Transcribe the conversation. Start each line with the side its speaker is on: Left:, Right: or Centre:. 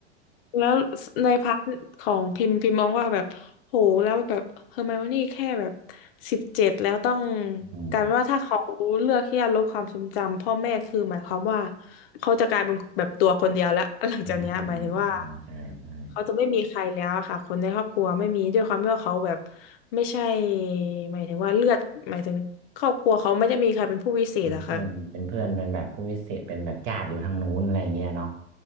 Left: แล้วในพาร์ทของพิมพ์พิมพ์มองว่าแบบโหแล้วแบบเฮอร์ไมโอนี่แค่แบบสิบเจ็ดแล้วต้อง
Right: อืม
Left: กลายเป็นว่าถ้าเขาเลือกที่จะลบความทรงจำพ่อแม่คือหมายความว่าเขาจะกลายเป็นแบบตัวคนเดียวแล้วหลังจากเนี้ยหมายถึงว่า
Right: อืมอืมใช่ ใช่ ใช่
Left: เขาจะไม่มีใครแล้วอะค่ะคนในครอบครัวไม่มีด้วยความที่ว่าเขาแบบไม่ใช่หมายถึงว่าเลือดหมายถึงครอบครัวเขาไม่ได้มีใครเป็นผู้วิเศษอะค่ะ
Right: เพื่อนเป็นเพื่อนเป็นแบบผู้พิเศษเป็นแบบญาติอยู่ทางนู้นอะไรเงี้ยเนาะ